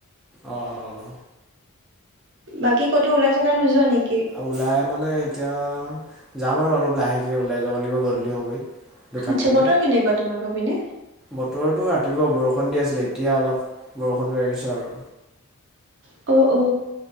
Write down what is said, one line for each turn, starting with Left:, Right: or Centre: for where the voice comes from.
Centre: অ, অ।
Right: বাকী ক'তো ওলাইছে, তই নোযোৱা নেকি?
Centre: ওলাই মানে এতিয়া যাম আৰু অলপ লাহে ওলাই যাব লাগিব গধুলি সময়ত, দোকান
Right: আচ্ছা
Centre: পিনে।
Right: বতৰ কেনেকুৱা তোমাকৰ পিনে?
Centre: বতৰতো ৰাতিপুৱা বৰষুণ দি আছিলে এতিয়া অলপ বৰষুণটো আহিছে আৰু।
Right: অ, অ।